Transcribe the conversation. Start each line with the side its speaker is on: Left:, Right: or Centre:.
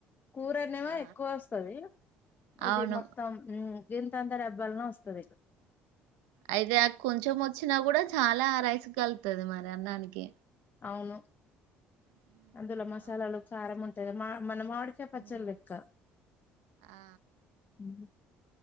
Left: కూర అనేవా
Right: ఆ
Left: ఎక్కువ వస్తది
Right: అవును
Left: ఇది మొత్తం గీంత అంతా డబ్బాలనే వస్తుంది ఇక్కడ
Right: అయితే అ కొంచెం వచ్చినా కూడా చాలా రైసు కలుతుది మరి అన్నానికి
Left: అవును
Right: హ్మ్.
Left: అందులో
Right: బాగుంటాయి
Left: మసాలాలు కారం
Right: పచ్చడి
Left: ఉంటాయి కదా మా మన మావిడికయ పచ్చళ
Right: హ్మ్.
Left: లెక్క
Right: ఆ
Left: ఉ